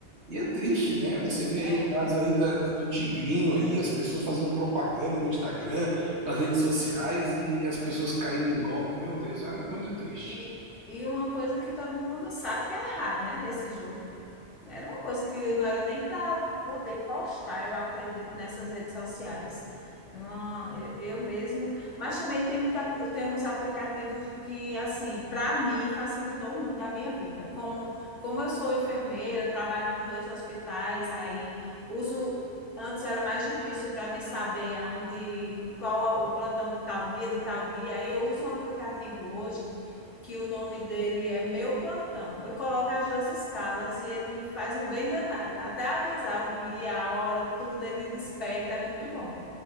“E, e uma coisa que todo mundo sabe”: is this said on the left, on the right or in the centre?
Left